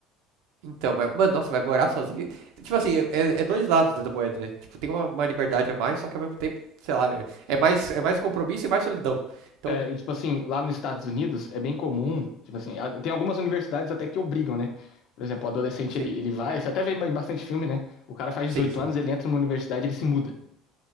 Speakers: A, on the right; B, on the left.
A: Então, mas, mano, nossa, vai morar sozinho. Tipo assim, é, é- é dois lados da moeda, né? Tipo, tem uma, uma liberdade a mais, só que ao mesmo tempo, sei lá, é, é mais, é mais compromisso e mais solidão. Então,
B: É, e, tipo assim, lá nos Estados Unidos é bem comum, tipo assim, a- tem algumas universidades até que obrigam, né? Por exemplo, o adolescente
A: sim,
B: ele, ele vai, você até vê em bastante filme, né? O cara faz
A: sim,
B: 18
A: sim.
B: anos, ele entra numa universidade, ele se muda.